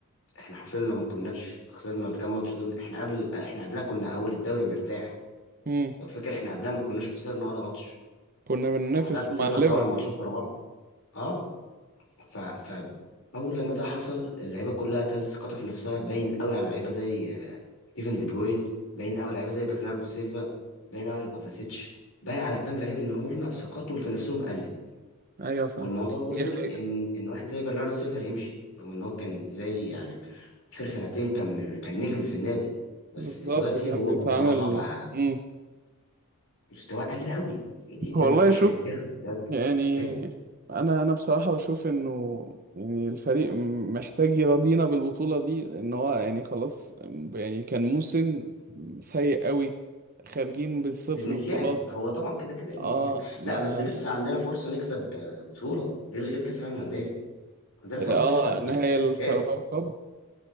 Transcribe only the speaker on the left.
احنا حرفيا لو ما كناش خسرنا الكام ماتش دول احنا قبل احنا قبلها كنا اول الدوري مرتاح
لو فاكر احنا قبلها ما كناش خسرنا ولا ماتش
بعدها خسرنا
ثمان ماتشات
ورا بعض اه ف ف اول لما ده حصل اللعيبه كلها تهز ثقتها في نفسها باين قوي على اللعيبه زي آه، كيفن دي بروين باين قوي على لعيبه زي برناردو سيلفا باين قوي على كوفاسيتش باين على كام لعيب ان هم ثقتهم في نفسهم قلت
والموضوع وصل
ان ان واحد زي برناردو سيلفا هيمشي رغم ان هو كان زي يعني اخر سنتين كان من كان نجم في النادي بس
دلوقتي
هو
بقى بصراحه بقى
مستواه قل قوي دي دي
ما نقدرش
ننكرها ده
باين
للنسيان
هو طبعا كده كده للنسيان
لا بس لسه عندنا فرصة نكسب آه، بطولة غير غير كأس العالم للأندية عندنا فرصة
نكسب
آه،
كأس